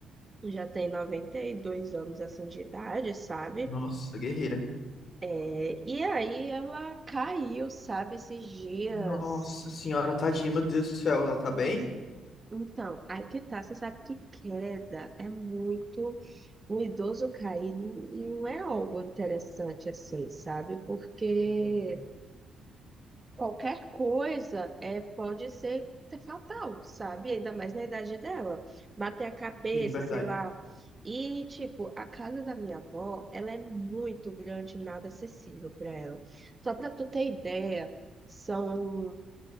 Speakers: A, on the right; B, on the left.
A: já tem 92 anos, assim, de idade, sabe?
B: Nossa, guerreira.
A: É, e aí ela caiu, sabe, esses dias.
B: Nossa senhora, tadinha, meu Deus do céu, ela tá bem?
A: E cês- Então, aí que tá, você sabe que queda é muito... Um idoso cair não não é algo interessante, assim, sabe? Porque...
B: Uhum.
A: qualquer coisa é, pode ser, ser fatal, sabe? Ainda mais na idade dela. Bater a cabeça,
B: Sim, verdade.
A: sei lá. E, tipo, a casa da minha avó, ela é muito grande e nada acessível para ela. Só para tu ter ideia, são